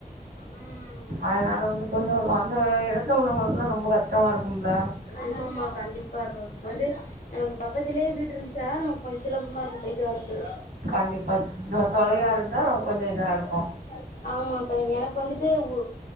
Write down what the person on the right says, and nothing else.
அதுனால வந்து கொஞ்சோ அந்த எடத்துல உள்ளவங்களுகுல்லா ரொம்ப கஷ்டமா இருக்கும்ல
கண்டிப்பா
தொலையா இருந்தா ரொ- கொஞ்சம் இதா இருக்கும்